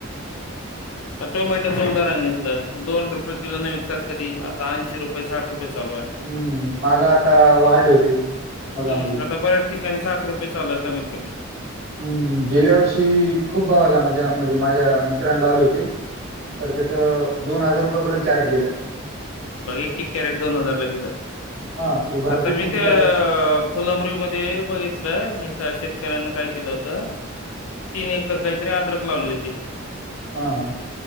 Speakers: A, on the left (about 85°); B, on the right (about 65°).
A: टोमॅटोचं उदाहरण घेतलं. दोन रुपये किलो न विकतात कधी आता ऐंशी रुपये साठ रुपये चालू आहे.
B: हम्म, माग आता वाढले होते मधामधी.
A: हम्म आता बऱ्याच ठिकाणी साठ रुपये चालू आहे. कमीत कमी
B: हम्म, गेल्या वर्षी खूप भावाला माझ्या म्हणजे माझ्या मित्रांने लावले होते.
A: हम्म
B: तर त्याच दोन हजार रुपया पर्यत कॅरेट गेलं.
A: बघ एक एक कॅरेट दोन हजारला गेलंय.
B: हां, ते भरतेच
A: आता मी
B: किती
A: त
B: कॅरेट
A: फुलाब्री मध्ये बघितलं. एका शेतकऱ्यांन काय केलं होतं. तीन एकर काय तरी अदरक लावली होती.
B: हा हा,